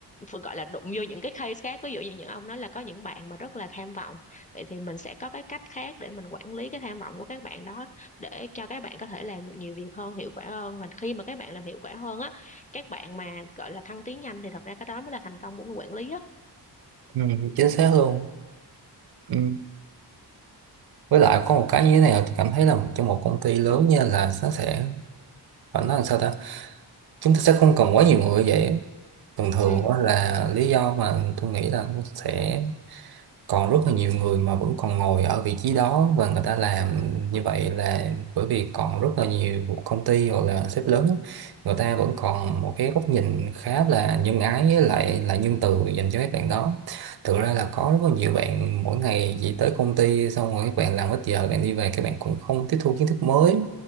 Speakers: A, on the left; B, on the right.
A: phải gọi là đụng vô những cái case khác ví dụ như những ông nói là có những bạn mà rất là tham vọng vậy thì mình sẽ có cái cách khác để mình quản lý cái tham vọng của các bạn đó để cho các bạn có thể làm được nhiều việc hơn hiệu quả hơn và khi mà các bạn làm hiệu quả hơn á các bạn mà gọi là thăng tiến nhanh thì thật ra cái đó mới là thành công của người quản lý á
B: ừ, chính xác luôn ừ, với lại có một cái như thế này là tôi cảm thấy là trong một công ty lớn nha là nó sẽ phải nói làm sao ta chúng ta sẽ không cần quá nhiều người vậy thường thường
A: ừ
B: á là lý do mà tôi nghĩ là nó sẽ còn rất là nhiều người mà vẫn còn ngồi ở vị trí đó và người ta làm như vậy là bởi vì còn rất là nhiều công ty hoặc là sếp lớn người ta vẫn còn một cái góc nhìn khá là nhân ái với lại là nhân từ dành cho các bạn đó thực ra là có rất là nhiều bạn mỗi ngày chỉ tới công ty xong rồi các bạn làm hết giờ bạn đi về các bạn cũng không tiếp thu kiến thức mới